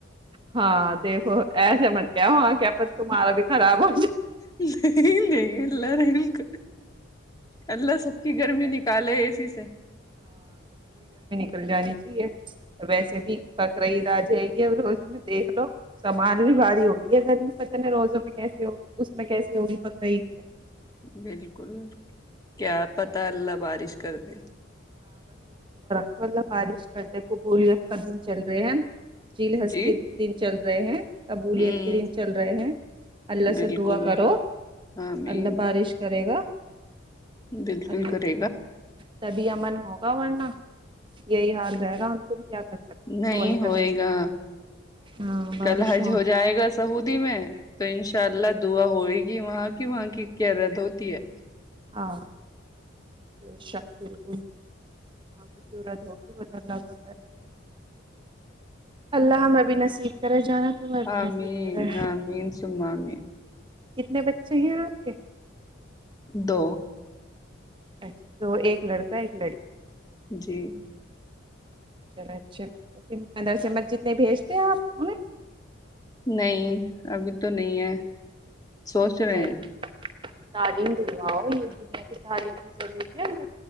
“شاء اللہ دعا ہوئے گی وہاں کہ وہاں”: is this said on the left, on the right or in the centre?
Left